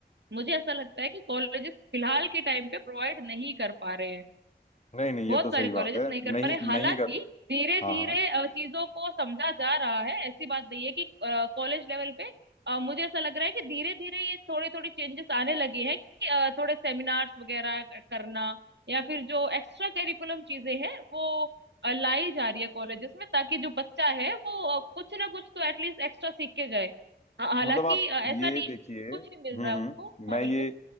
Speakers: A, on the right; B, on the left.
A: मुझे ऐसा लगता है कि कॉलेजेस फिलहाल के टाइम पे प्रोवाइड नहीं कर पा रहे हैं
B: नहीं नहीं
A: बहुत
B: ये तो सही
A: सारे कॉलेजेस
B: बात है
A: नहीं कर
B: नहीं
A: पा रहे हालांकि
B: नहीं कर
A: धीरे
B: हाँ
A: धीरे
B: हाँ
A: चीजों को समझा जा रहा है ऐसी बात नहीं है कि कॉलेज लेवल पे अ, मुझे ऐसा लग रहा है कि धीरे धीरे ये थोड़े थोड़े चेंजेस आने लगे हैं कि अ, थोड़े सेमिनार्स वगैरह करना या फिर जो एक्स्ट्रा करिकुलम चीजें हैं वो अ, लाई जा रही है कॉलेजेस में ताकि जो बच्चा है वो अ, कुछ ना कुछ तो एटलीस्ट एक्स्ट्रा सीख के जाए हा- हालांकि
B: मतलब आप
A: अ, ऐसा
B: ये
A: नहीं
B: देखिए
A: है कि कुछ
B: हम्म
A: नहीं मिल रहा है
B: हम्म
A: उनको
B: मैं
A: हाँ बिल्कुल
B: ये